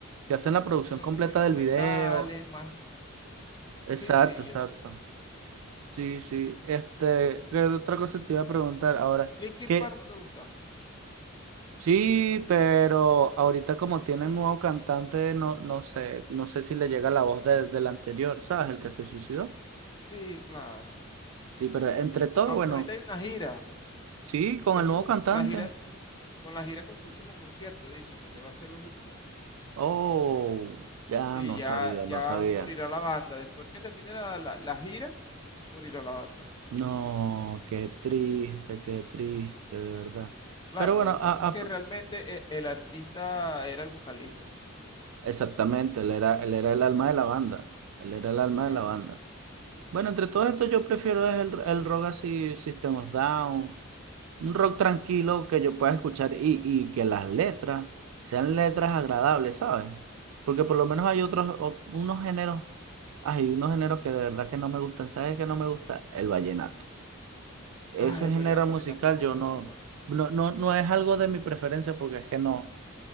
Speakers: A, on the right; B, on the left.
A: que hacen la producción
B: que son
A: completa
B: como instrumentales,
A: del video.
B: más...
A: Exacto,
B: Sí, sí,
A: exacto.
B: yo sé.
A: Sí, sí. Este, ¿qué otra cosa te iba a preguntar ahora?
B: Linkin
A: Que
B: Park no te gusta.
A: sí, pero ahorita como tienen nuevo cantante, no, no sé, no sé si le llega la voz de- del anterior, ¿sabes? El que se suicidó.
B: Sí, claro.
A: Sí, pero entre todo,
B: Aunque
A: bueno,
B: ahorita hay una gira,
A: sí, con
B: que
A: el
B: es
A: nuevo
B: su,
A: cantante.
B: la gira, con la gira con su último concierto, dice, porque va a ser los últimos.
A: Oh, ya
B: Sí,
A: no
B: ya,
A: sabía,
B: ya
A: no sabía.
B: morirá la banda. Después que termine la, la- la gira, morirá la banda.
A: No, qué triste, qué triste, de verdad.
B: Claro,
A: Pero bueno,
B: lo que
A: a-
B: pasa es
A: a-
B: que realmente e- el, artista era el vocalista el que se murió.
A: exactamente, él era, él era el alma de la banda. Él era el alma
B: Sí.
A: de la banda. Bueno, entre todo esto yo prefiero es el, el rock así, System of Down, un rock tranquilo que yo pueda escuchar y, y que las letras sean letras agradables, ¿sabes? Porque por lo menos hay
B: sí.
A: otros, o- unos géneros, hay unos géneros que de verdad que no me gustan. ¿Sabes qué no me gusta? El vallenato. Ese
B: Ah, el
A: género
B: vallenato
A: musical
B: a mí tampoco
A: yo
B: me
A: no,
B: gusta.
A: no, no, no es algo de mi preferencia porque es que no,